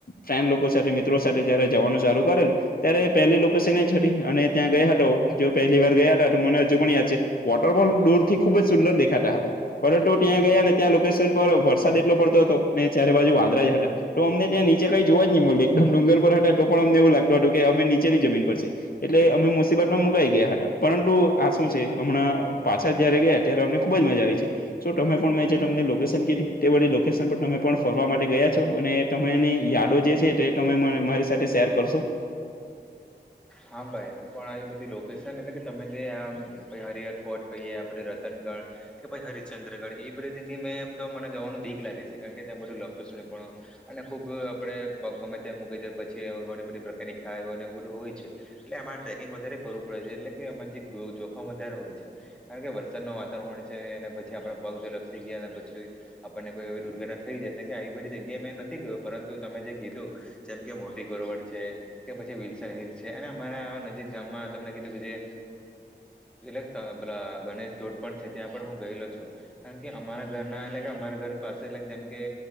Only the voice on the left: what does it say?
ફ્રેન્ડ લોકો સાથે મિત્રો સાથે જયારે જવાનું ચાલુ કરેલ ત્યારે પહેલી લોકેશન, એ હતી અને ત્યાં ગયા હતા, જો પહેલી વાર ગયા હતા તો મને હજુ પણ યાદ છે. વોટરફોલ દૂર થી ખુબ જ સુંદર દેખાતા હતા. પરંતુ ત્યાં ગયા ને ત્યાં લોકેશન પર વરસાદ એટલો પડતો હતો ને ચારે બાજુ વાદરા જ હતા. તો, અમને ત્યાં નીચે કંઈ જોવા જ નહીં મળ્યું એકદમ ડુંગર પર હતા તો પણ અમને એવું લાગતું હતું કે અમે નીચેની જમીન પર છે. એટલે અમે મુસીબત માં મુકાઈ ગયા હતા પરંતુ આ શું છે, હમણાં પાછા જયારે ગયા ત્યારે અમને ખુબ જ મજા આવી છે. શ તમે પણ મેં જે તમને લોકેશન કે તે વી લોકેશન પર તમે પણ ફરવા માટે ગયા છો, અને તમેની યાદો જે છે, તે તમે મારી સાથે શેર કરશો.